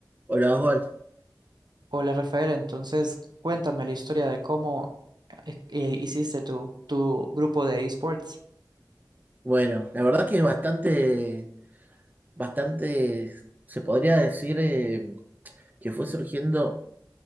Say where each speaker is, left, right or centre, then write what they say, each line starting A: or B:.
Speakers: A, on the right; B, on the right.
A: Hola Oswald.
B: Hola Rafael, entonces cuéntame la historia de cómo eh, eh, hiciste tu, tu grupo de esports.
A: Bueno, la verdad que es bastante, bastante, se podría decir eh, que fue surgiendo